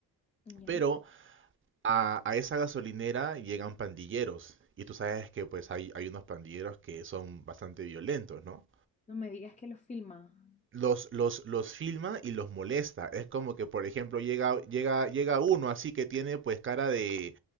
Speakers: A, on the left; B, on the right.
A: Ya.
B: Pero a, a esa gasolinera llegan pandilleros. Y tú sabes que pues hay, hay unos pandilleros que son bastante violentos, ¿no?
A: No me digas que los filma.
B: Los, los, los filma y los molesta. Es como que, por ejemplo, llega, llega, llega uno así que tiene pues cara de,